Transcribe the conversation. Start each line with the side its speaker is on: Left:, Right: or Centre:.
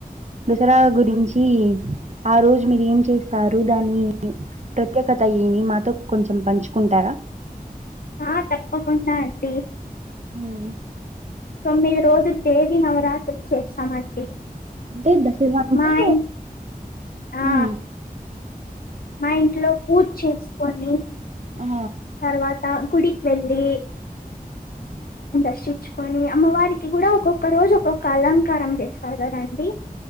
Right: దసరా గురించి ఆ రోజు మీరు ఏం చేస్ సారు దాని ప్రత్యేకత ఏమి మాతో కొంచెం పంచుకుంటారా
Left: ఆ తప్పకుండా అండి
Right: మ్మ్
Left: తొమ్మిది రోజులు దేవి నవరాత్రి చేస్తామండి
Right: అంటే దసరా అంటే
Left: మా ఇంట్ ఆ
Right: మ్మ్
Left: మా ఇంట్లో పూజ చేసుకొని
Right: ఆ
Left: తర్వాత గుడికి వెెళ్లి దక్షించుకొని అమ్మవారికి కూడా ఒక్కొక్క రోజు ఒక్కొక్క అలంకారం చేస్తారు కదండి